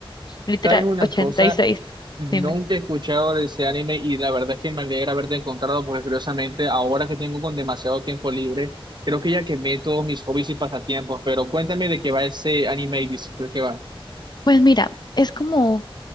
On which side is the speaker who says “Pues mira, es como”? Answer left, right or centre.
Left